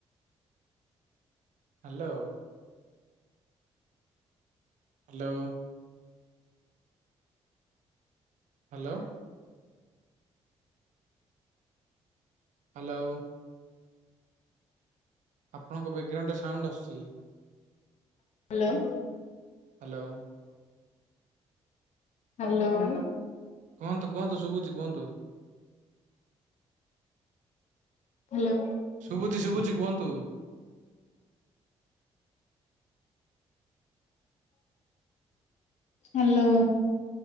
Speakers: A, on the right; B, on the left.
A: Hello! Hello! Hello! Hello! ଆପଣଙ୍କ, ବ୍ୟାଗ୍ ଗ୍ରାଉଣ୍ଡରେ ସାଉଣ୍ଡ ଆସୁଛି।
B: ହାଲୋ!
A: ହାଲୋ!
B: ହାଲୋଓ!
A: କୁହନ୍ତୁ, କୁହନ୍ତୁ, ଶୁଭୁଛି କୁହନ୍ତୁ।
B: ହାଲୋ!
A: ଶୁଭୁଜିି ଶୁଭୁଜିି କୁହନ୍ତୁ।
B: ହାଲୋ!